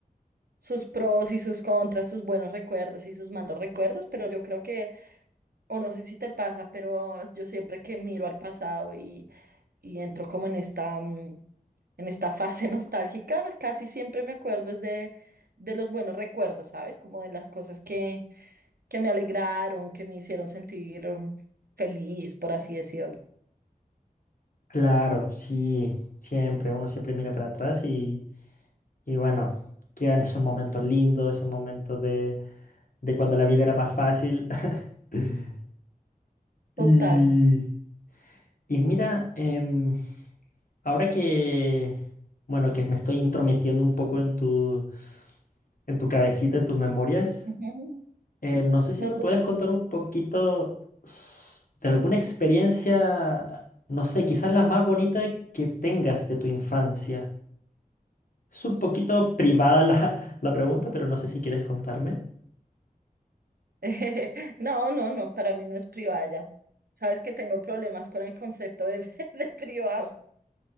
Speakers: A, on the right; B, on the left.
A: sus pros y sus contras, sus buenos recuerdos y sus malos recuerdos, pero yo creo que, o no sé si te pasa, pero yo siempre que miro al pasado y entro como en esta, mm, en esta fase <laughs> nostálgica. Casi siempre me acuerdo es de, de los buenos recuerdos, ¿sabes? Como de las cosas que, que me alegraron, que me hicieron sentir mm, feliz, por así decirlo.
B: Claro, sí, siempre, uno siempre mira para atrás y, y bueno, quedan esos momentos lindos, esos momentos de, de cuando la vida era más fácil. <laughs> Y,
A: Total.
B: y mira, em, ahora que, bueno, que me estoy intrometiendo un poco en tu, en tu cabecita, en tus memorias,
A: <laughs> Ujú.
B: Eh, no sé si
A: No
B: me
A: te
B: puedes
A: preocupes.
B: contar un poquito s- de alguna experiencia, no sé, quizás la más bonita que tengas de tu infancia. Es un poquito privada la, <laughs> la pregunta, pero no sé si quieres contarme.
A: <laughs> No, no, no, para mí no es privada ya. Sabes que tengo problemas con el concepto de, <laughs> de privado.